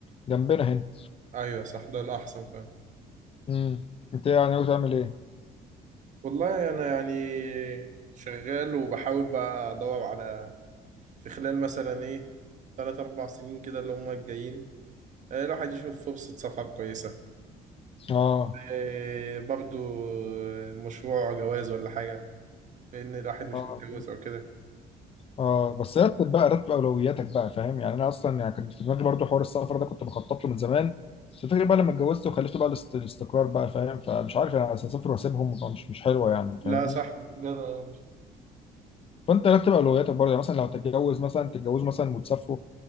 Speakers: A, on the left; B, on the right.
A: جنبنا هنا
B: آه. ايوه صح ده الأحسن فعلا
A: امم انت يعني ناوي تعمل ايه
B: والله انا يعني شغال وبحاول بقى ادور على في خلال مثلا ايه تلات أربع سنين كده اللي هم الجايين آه، الواحد يشوف فرصة سفر كويسة
A: اه
B: آه، برضو آه، مشروع جواز ولا حاجة لأن الواحد مش
A: اه
B: متجوز أو كده
A: اه بس رتب بقى رتب اولوياتك بقى فاهم يعني انا اصلا يعني كان في دماغي برضو حوار السفر ده كنت بخطط له من زمان بس الفكره بقى لما اتجوزت وخلفت بقى الاست- الاستقرار بقى فاهم فمش عارف انا هسافر واسيبهم طبعاً مش مش حلوه يعني
B: لا
A: فاهمني
B: صح جدع.
A: فانت رتب اولوياتك برضو يعني مثلا لو هتتجوز مثلا تتجوزوا مثلا وتسافروا